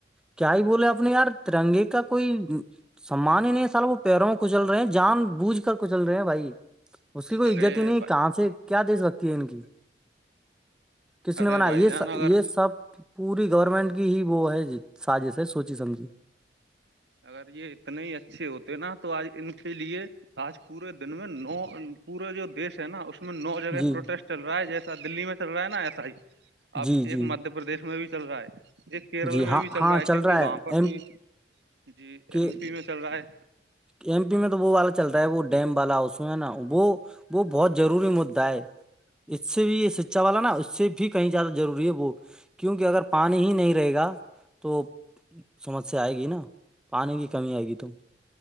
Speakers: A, in the centre; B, on the right.
A: کیا ہی بولے اپنے یار ترنگے کا کوئی سمان ہی نہیں وہ پیروں کچل رہے ہیں جان بوجھ کر کچل رہے ہیں بھائی اس کی کوئی
B: ارے
A: عزت ہی نہیں
B: بھائی
A: کہاں سے کیا دیش بکتی ہے ان کی کس
B: ارے
A: نے بنا
B: بھائی
A: یہ
B: جان
A: س
B: اگر
A: یہ سب پوری گورنمنٹ کی ہی وہ ہے سازش ہے سوچی سمجھی
B: اگر یہ اتنے ہی اچھے ہوتے نا تو آج ان کے لیے آج پورے دن میں نو پورا جو دیش ہے نا اس اس میں نو جگہ
A: جی
B: پروٹیسٹ چل رہا ہے جیسا دہلی میں چ رہا نا ایسا ہی اب
A: جی
B: ایک
A: جی
B: مدھیہ پردیش میں بھی چل رہا ہے ایک کیرل
A: جی
B: میں
A: ہاں
B: بھی چل
A: ہاں
B: رہا ہے کیونکہ وہاں پر
A: ایم
B: بھی جی
A: کے
B: ایم پی میں چل رہا ہے
A: ایم پی میں تو وہ والا چلتا ہے وہ ڈیم والا اس میں نا وہ وہ بہت ضروری مدعا ہے اس سے بھی شکچا والا نا اس سے بھی کہیں زیادہ ضروری ہے وہ کیونکہ اگر پانی ہی نہیں رہے گا تو سمسیا آئے گی نا پانی کی کمی آئے گی تو